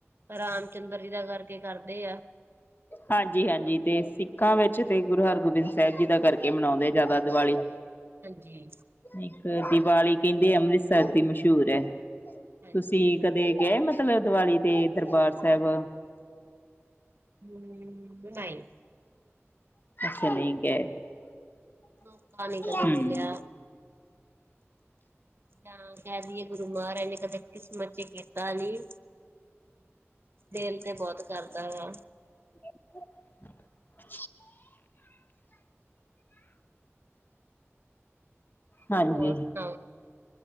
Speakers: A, on the right; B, on the left.
A: ਰਾਮ ਚੰਦਰ ਜੀ ਦਾ ਕਰਕੇ ਕਰਦੇ ਆ।
B: ਹਾਂਜੀ ਹਾਂਜੀ ਤੇ ਸਿੱਖਾਂ ਵਿੱਚ ਤੇ ਗੁਰੂ ਹਰਗੋਬਿੰਦ ਸਾਹਿਬ ਜੀ ਦਾ ਕਰਕੇ ਮਨਾਉਂਦੇ ਆ ਜ਼ਿਆਦਾ ਦੀਵਾਲੀ।
A: ਹਾਂਜੀ
B: ਇੱਕ ਦੀਵਾਲੀ ਕਹਿੰਦੇ ਅੰਮ੍ਰਿਤਸਰ ਦੀ ਮਸ਼ਹੂਰ ਏ।
A: ਹਾਂਜੀ
B: ਤੁਸੀਂ ਕਦੇ ਗਏ। ਮਤਲਬ ਦੀਵਾਲੀ ਤੇ ਦਰਬਾਰ ਸਾਹਿਬ।
A: ਹਮ ਨਹੀਂ
B: ਚਲੇ ਗਏ।
A: ਮੌਕਾ ਨੀ ਕਦੇ
B: ਹੂੰ,
A: ਮਿਲਿਆ। ਜਾਂ ਕਹਿ ਦਈਏ, ਗੁਰੂ ਮਹਾਰਾਜ ਨੇ ਕਦੇ ਕਿਸਮਤ ਚ ਕੀਤਾ ਨੀ। ਦਿਲ ਤੇ ਬਹੁਤ ਕਰਦਾ ਵਾ।
B: <unintelligible> <inaudible> ਹਾਂਜੀ
A: ਹੋਰ ਸੁਣਾਓ ਤੁਸੀਂ